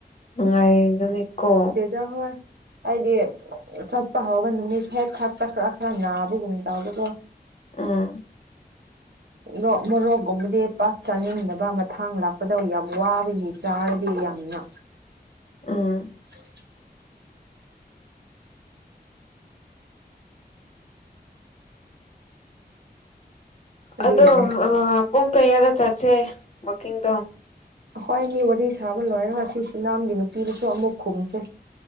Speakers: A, on the left (about 45°); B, on the right (about 75°).
A: ꯅꯨꯡꯉꯥꯏꯒꯅꯤꯀꯣ
B: ꯌꯥ ꯍꯣꯏ ꯑꯩꯗꯤ ꯆꯠꯄ ꯍꯥꯎꯕ ꯅꯨꯃꯤꯠ ꯍꯦꯛ ꯈꯛꯇ ꯈꯔ ꯈꯔ ꯅꯥꯕꯒꯨꯝ ꯇꯧꯕꯒꯣ
A: ꯎꯝ
B: ꯔꯣꯛ ꯃꯣꯔꯣꯛꯒꯨꯝꯕꯗꯤ ꯄꯥꯛ ꯆꯥꯅꯤꯡꯗꯕ ꯃꯊꯪ ꯂꯥꯛꯄꯗ ꯌꯥꯝ ꯋꯥꯕꯒꯤ ꯆꯥꯔꯗꯤ ꯌꯥꯝꯅ
A: ꯎꯝ
B: <inaudible> ꯑꯗꯨꯒꯤꯅꯦ
A: ꯑꯗꯣ ꯑ ꯄꯨꯡ ꯀꯩꯌꯥꯗ ꯆꯠꯁꯦ ꯋꯥꯀꯤꯡꯗꯣ
B: ꯑꯈꯣꯏ ꯑꯅꯤ ꯋꯥꯔꯤ ꯁꯥꯕ ꯂꯣꯏꯔꯒ ꯑꯁꯤ ꯁꯤꯅꯥꯝꯒꯤ ꯅꯨꯄꯤꯗꯁꯨ ꯑꯃꯨꯛ ꯈꯨꯝꯁꯦ